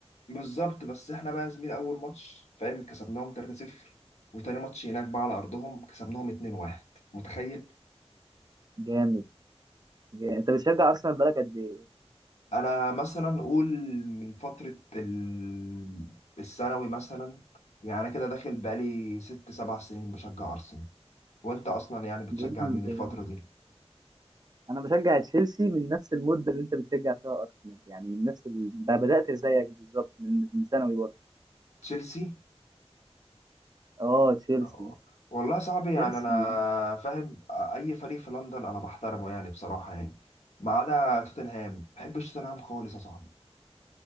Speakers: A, on the left; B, on the right.
A: بالظبط بس احنا بقى يا زميل اول ماتش فاهم كسبناهم 3-0 وتاني ماتش هناك بقى على ارضهم كسبناهم 2-1 متخيل
B: جامد جامد. انت بتشجع ارسنال بقالك قد ايه
A: انا مثلا اقول من فترة ال... الثانوي مثلا يعني كده داخل بقالي ست سبع سنين بشجع ارسنال وانت اصلا يعني بتشجع
B: جامد
A: مين الفترة
B: جامد.
A: دي
B: انا بشجع تشيلسي من نفس المده اللي انت بتشجع فيها ارسنال يعني من نفس ال... ب- بدات زيك بالظبط من من ثانوي برضه
A: تشيلسي
B: اه تشيلسي
A: أه. والله صعب يعني
B: تشيلسي
A: انا فاهم اي فريق في لندن انا بحترمه يعني بصراحة يعني ما عدا توتنهام ما بحبش توتنهام خالص يا صاحبي